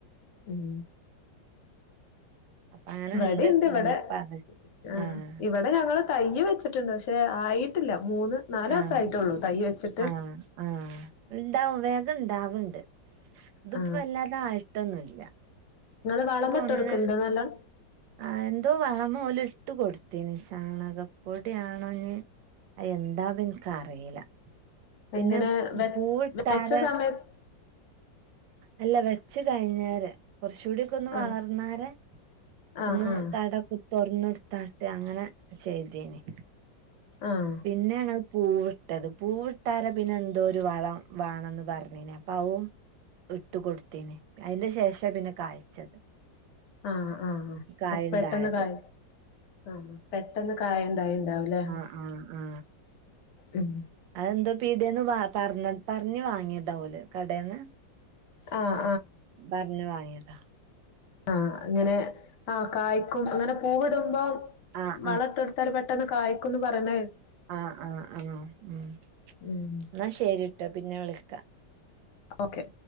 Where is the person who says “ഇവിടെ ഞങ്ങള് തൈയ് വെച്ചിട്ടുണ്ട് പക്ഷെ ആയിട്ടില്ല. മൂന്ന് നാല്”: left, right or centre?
Left